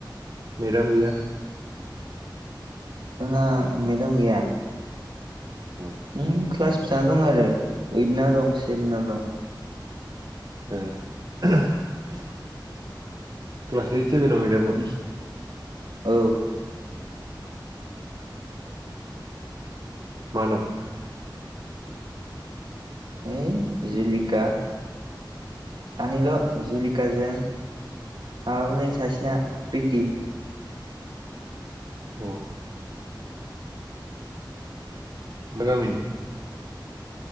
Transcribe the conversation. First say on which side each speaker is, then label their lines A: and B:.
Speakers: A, on the right (about 50°); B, on the right (about 75°).
A: मेलाम गैया?
B: आ मेदाम गैया
A: अ
B: होम क्लास फिसाना दं आरो ओइदाव दं सेभेनाव दं
A: ए क्लास ओइत सेबेनाव मेडाम दं?
B: नोंसि औ
A: मा नाम?
B: ओइ जुलिका सानै ल' जुलिका जों माबालै सासिना प्रिथि
A: अ मा गामिनि?